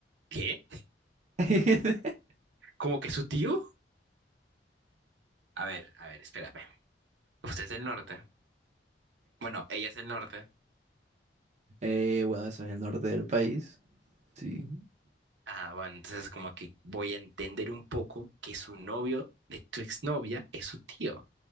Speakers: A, on the right; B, on the right.
A: ¿Qué?
B: <laughs>
A: ¿Cómo que su tío? A ver, a ver, espérame. Usted es del norte. Bueno, ella es del norte.
B: Eh, bueno, eso es el norte del país, sí.
A: Ah, bueno, entonces como que voy a entender un poco que su novio de tu exnovia es su tío.